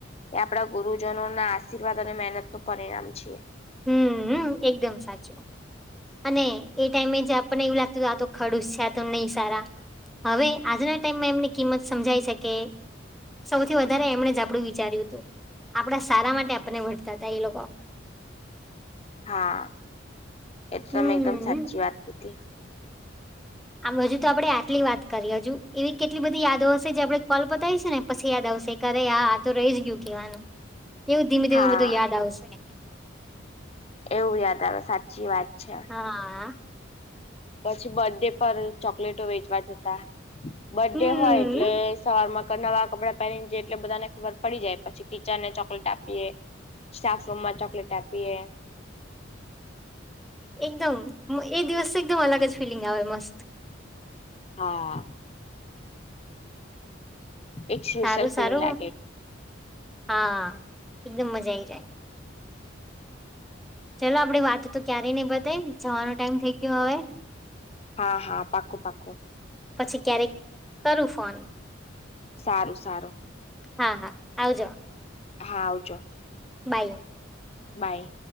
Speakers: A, on the left; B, in the centre.
A: એ આપડા ગુરુજનોના આશીર્વાદ અને મહેનતનું પરિણામ છે.
B: હમ એકદમ સાચું. અને એ ટાઈમે જ આપણને એવું લાગતું હતું આ તો ખડુસ છે તો નહી સારા. હવે આજના ટાઈમમાં એમની કિંમત સમજાઈ શકે. સૌથી વધારે એમણે જ આપડું વિચાર્યું હતું. આપડા સારા માટે આપને વતા હતા એ લોકો.
A: હા એ તો
B: હમ્મ.
A: મેં એકદમ સાચી વાત કીધી હતી.
B: આમ હજુ તો આપડણે આટલી વાત કરીએ હજુ એવી કેટલી બધી યાદો હશે જે આપડણે કોલ પતાવી છે ને પછ યાદ આવશે. કરે હા તો રહી જ ગયું કેવાનું એવું ધીમે
A: હા
B: ધીમે બધું યાદ આવશે.
A: એવું યાદ આવે સાચી વાત છે.
B: હા.
A: પછી બર્ડે પર ચોકલેટો વેચવા જતા. બર્ડે
B: હમ્મ
A: હોય એટલે સવારમાં નવા કપડાં પહેરીને જાય એટલે બધાને ખબર પડી જાય પછી ટીચરને ચોકલેટ આપીએ. સ્ટાફ રૂમમાં ચોકલેટ આપીએ.
B: એકદમ એ દિવસ એકદમ અલગ જ ફિલિંગ આવે મસ્ત.
A: હા. એક સ્પેશિયલ
B: સારું સારું.
A: ફીલિંગ લાગે.
B: હા, એકદમ મજા આઈ જાય. ચાલો આપડી વાત તો ક્યારેય નહી બતાઈ જવાનો ટાઈમ થઇ ગયો હવે.
A: હા હા પાકું પાકું
B: પછી ક્યારેક કરું ફોન.
A: સારું સારું.
B: હા હા આવજો.
A: હા આવજો.
B: બાય.
A: બાય.